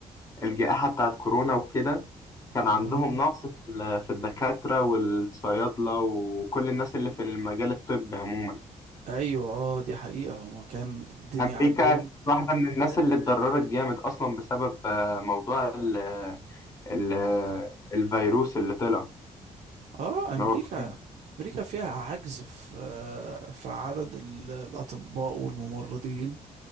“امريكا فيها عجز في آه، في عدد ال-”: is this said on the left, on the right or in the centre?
Right